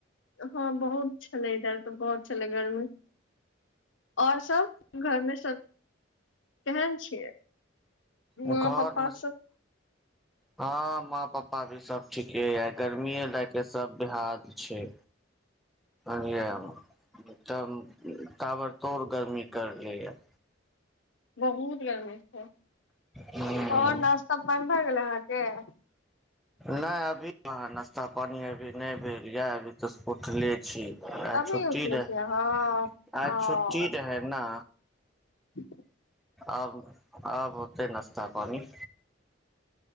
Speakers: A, on the left; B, in the centre.
A: हँ बहुत छलै इधर तऽ बहुत छलै गर्मी और सब घरमे सब केहन छियै माँ
B: घरमे
A: पप्पा सब
B: हँ मा पप् ा भी सब ठीके या गर्मीए लए के सब बेहाल छै लियए तब ताबड़तोड़ गरमी करले यै
A: बहुत गर्मी छै
B: हूं
A: और नाश्ता पानि भ गेले अहाँके के
B: ना अभी कहाँ नास्ता पानी अभी नै भेल ये अभी तऽ सुतले छी आई
A: अभी
B: छुट्टी
A: उठले
B: रहै
A: छियै अहाँ
B: आई
A: ओ
B: छुट्टी रहै न
A: <inaudible>
B: आब आब होतै नाश्ता पानी